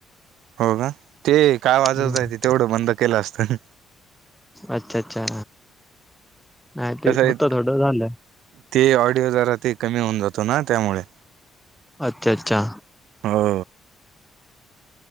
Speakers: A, on the right; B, in the centre.
A: हो का ते काय वाजवताय
B: हम्म
A: ते तेवढं बंद केलं असतं
B: अच्छा अच्छा नाही ते
A: कसं आहे
B: होत थोडं झालं
A: ते ऑडिओ जरा ते कमी होऊन जातो ना त्यामुळे
B: अच्छा अच्छा
A: हो